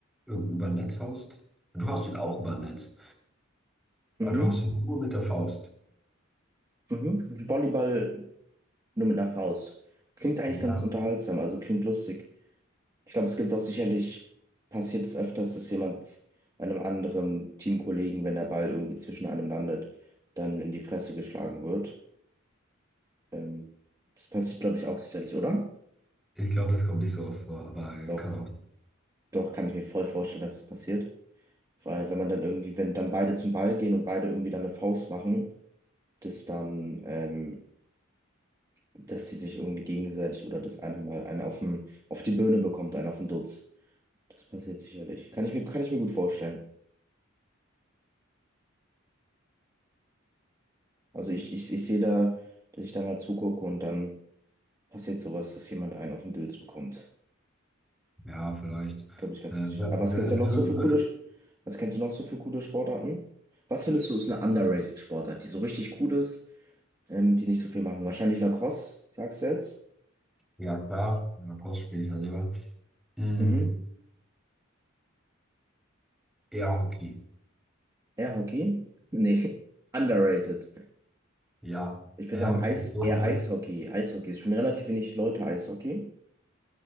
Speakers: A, in the centre; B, on the right.
A: irg- über ein Netz haust, du haust ihn auch über ein Netz,
B: Mhm.
A: aber du haust ihn nur mit der Faust.
B: Mhm. Wie Volleyball nur mit einer Faust. Klingt eigentlich
A: Ja,
B: ganz unterhaltsam, also klingt lustig. Ich glaube, es gibt auch sicherlich, passiert es öfters, dass jemand einem anderen Teamkollegen, wenn der Ball irgendwie zwischen einem landet, dann in die Fresse geschlagen wird. Ähm, das passiert, glaube ich, auch sicherlich, oder?
A: ich glaube, das kommt nicht so oft vor, aber
B: Doch,
A: kann auch,
B: doch, kann ich mir voll vorstellen, dass es passiert. Weil wenn man dann irgendwie, wenn dann beide zum Ball gehen und beide irgendwie dann eine Faust machen, das dann ähm, dass die sich irgendwie gegenseitig oder dass einer mal einen auf den, auf die Birne bekommt, einen auf den Dutz. Das passiert sicherlich. Kann ich mir, kann ich mir gut vorstellen. Also ich, ich, ich sehe da, dass ich da mal zugucke und dann passiert sowas, dass jemand einen auf den Dutz bekommt.
A: ja, vielleicht.
B: Glaube ich ganz
A: Äh,
B: sicher.
A: wer,
B: Aber
A: wer,
B: was gibt's denn noch
A: würde,
B: so für coole, Sp- was kennst du noch so für coole Sportarten? Was findest du ist eine underrated Sportart, die so richtig gut ist, ähm, die nicht so viel machen? Wahrscheinlich Lacrosse, sagst du jetzt?
A: ja, klar, ja, Faust spiele ich ja selber. Mm,
B: Mhm.
A: Ja, Hockey.
B: Air Hockey? <laughs> Nee, underrated.
A: Ja,
B: Ich würde
A: ja,
B: sagen,
A: Hockey
B: Eis,
A: ist so
B: eher
A: cool.
B: Eishockey. Eishockey ist schon relativ wenig Leute Eishockey.